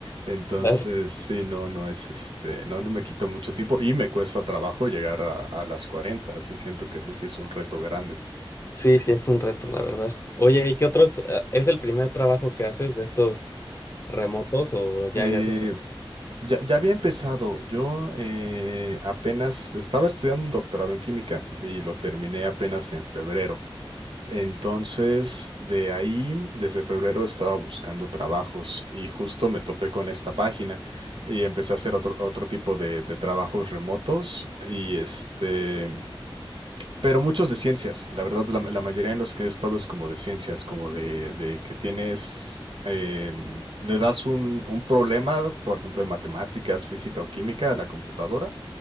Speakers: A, on the right; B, on the left.
A: Entonces,
B: Claro.
A: sí, no, no es este, no, no me quito mucho tiempo y me cuesta trabajo llegar a, a las 40. así siento que ese sí es un reto grande.
B: Sí, sí, es un reto, la verdad. Oye, ¿y qué otros? eh, ¿Es el primer trabajo que haces de estos remotos o ya
A: Eh,
B: habías... hecho?
A: Ya, ya había empezado. Yo eh, apenas est- estaba estudiando un doctorado en química y lo terminé apenas en febrero. Entonces, de ahí, desde febrero estaba buscando trabajos y justo me topé con esta página y empecé a hacer otro, otro tipo de, de trabajos remotos y este... Pero muchos de ciencias, la verdad, la, la mayoría en los que he estado es como de ciencias, como de, de que tienes, eh, le das un, un problema, por ejemplo, de matemáticas, física o química a la computadora,